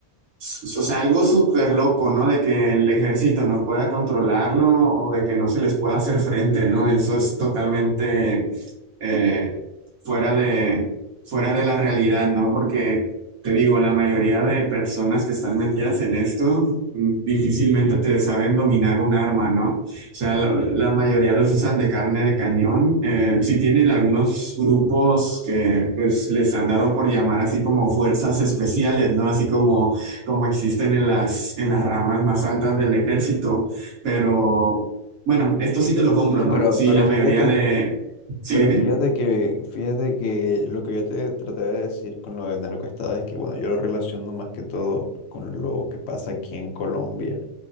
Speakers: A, on the right; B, on the left.
A: o sea, algo súper loco, ¿no? De que el ejército no pueda controlarlo o de que no se les pueda hacer frente, ¿no? Eso es totalmente eh, fuera de, fuera de la realidad, ¿no? Porque te digo, la mayoría de personas que están metidas en esto mm, difícilmente te saben dominar un arma, ¿no? O sea, la, la mayoría los usan de carne de cañón. Eh, sí tienen algunos grupos que pues, les han dado por llamar así como fuerzas especiales, ¿no? Así como como existen en las, en las ramas más altas del ejército. Pero bueno, esto sí te lo compro,
B: No,
A: ¿no?
B: pero,
A: Sí,
B: pero
A: la mayoría
B: fíjate,
A: de... Sí,
B: pero
A: dime.
B: fíjate que, fíjate que lo que yo te traté de decir con lo de narcoestado es que, bueno, yo lo relaciono más que todo con lo que pasa aquí en Colombia.